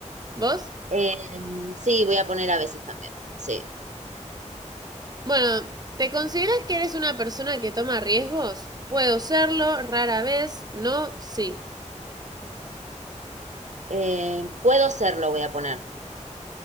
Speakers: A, on the right; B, on the right.
A: ¿Vos?
B: Eh, sí, voy a poner a veces también. Sí.
A: Bueno, ¿te consideras que eres una persona que toma riesgos? Puedo serlo, rara vez, no, sí.
B: Eh, puedo serlo, voy a poner.